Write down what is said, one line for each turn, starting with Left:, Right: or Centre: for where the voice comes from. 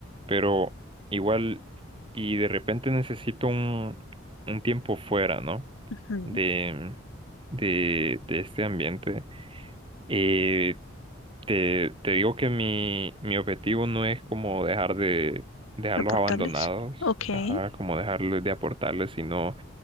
Right: pero igual, y de repente necesito un, un tiempo fuera, ¿no?
Left: Ujú.
Right: De, de, de este ambiente. Eh, te, te digo que mi, mi objetivo no es como dejar de, dejarlos
Left: ¿Aportarles?
Right: abandonados,
Left: Ok.
Right: ajá, como dejarles de aportarles, sino